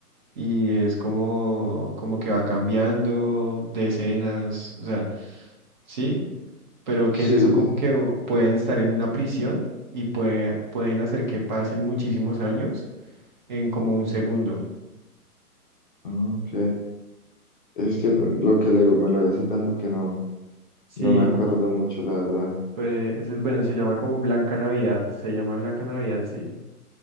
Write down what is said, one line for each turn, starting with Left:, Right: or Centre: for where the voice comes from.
Right: y es como, como que va cambiando de escenas, o sea. Sí, pero ¿qué
Left: Sí.
Right: es eso? Como
Left: sí,
Right: que o- pueden estar en una prisión y puede- pueden hacer que pasen muchísimos años en como un segundo.
Left: Ok. Es que lo
Right: Ujú.
Left: que le digo, me lo vi hace tanto que no,
Right: Sí,
Left: no me acuerdo
Right: no.
Left: mucho, la verdad.
Right: Pues ese es bueno, se llama como Blanca Navidad. Se llama Blanca Navidad, sí.